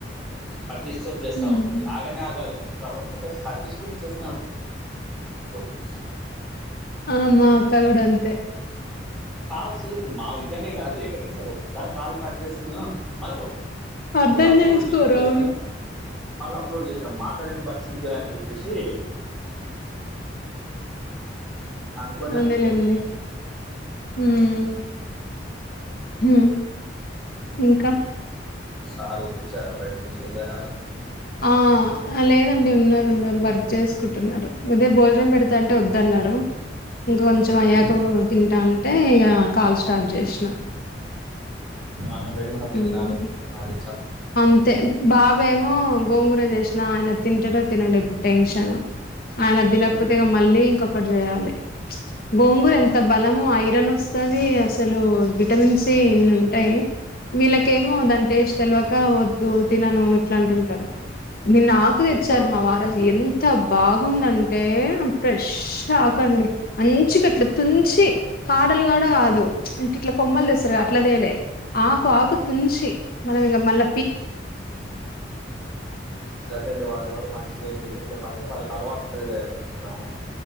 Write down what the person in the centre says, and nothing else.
కట్ చేసుకొచ్చ చేస్తా
ఉంది ఆగనే ఆగదు తుతారు ఒకటే కట్ చేసు <unintelligible>
కాల్సు ఇప్పుడు మా ఇదనే కాదు ఎక్కడైనా సర ఒక్కసారి కాల్ కట్ చేసి మళ్ళీ కొడతారు
ఏదో అప్లోడ్
చేసినాడు జసలే
మళ్ళీ అప్లోడ్ చేసినాడు మాట్లాడని పరిస్థితి కదా అని చెప్పి చెప్పేసి అనుకోనే
అనుకోరు
సారు వచ్చారా బయటినుంచి ఇళ్ళార
ఉమ్,
ఉమ్.
ఈ అన్నం వేడిగున్నప్పుడు
దినాలే మారి
ఏంది
ఆ,
గోంగూర
ఉమ్,
ఉమ్,
ఉమ్,
ఉమ్,
దలి వాళ్ళ ఎవరు మంచిగా ఇంక ఎందుకు పళ్కి వాళ్ళకి అలవాటు ఉంటుంది కదా ఎట్లా తుంచము